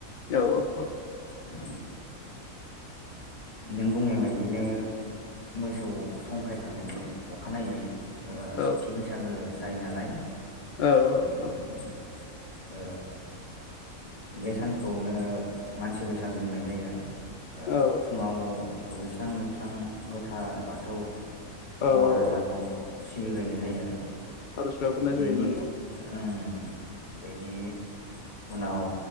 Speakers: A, on the left; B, on the left.
A: औ औ औ।
B: औ। नों बुंनाय बादिनो मोसौ संखायखांनायनि अखानायै ओ
A: औ
B: सेथि बैसागो जायो नालाय
A: औ औ
B: उम
A: औ।
B: उम ओ। बे सानखौनो मानसि बैसागो बुंनाय जायो ओ
A: औ
B: फुङाव दुगैस्रां लोबस्रां गोथार बाथौ
A: औ
B: महाराजाखौ
A: औ
B: सिबिग्रायनाय जायो।
A: आर'ज गाबहरनाय
B: बेनि
A: जायोमोन
B: ओम बेनि उनाव